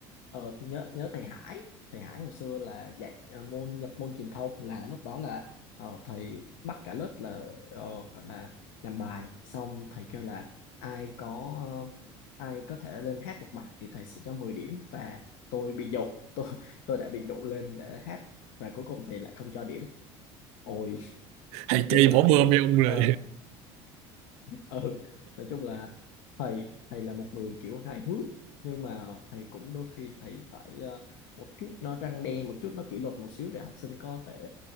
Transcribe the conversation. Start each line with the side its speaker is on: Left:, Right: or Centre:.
Left: Ờ, nhớ nhớ thầy Hải thầy Hải hồi xưa là dạy ờ, môn nhập môn truyền thông là lúc đó là ờ, thầy bắt cả lớp là ờ, gọi là làm bài xong thầy kêu là ai có ờ, ai có thể lên hát một bài thì thầy sẽ cho mười điểm và tôi bị dụ <laughs> tôi tôi đã bị dụ lên để hát và cuối cùng thầy lại không cho điểm ôi
Right: thầy
Left: nói
Right: chơi
Left: chung là
Right: bỏ bơm
Left: kiểu
Right: với ông rồi
Left: ờ, ừ nói chung là thầy thầy là một người kiểu hài hước nhưng mà thầy cũng đôi khi thầy phải ờ, một chút nó răng đe một chút nó kỷ luật một xíu để học sinh có thể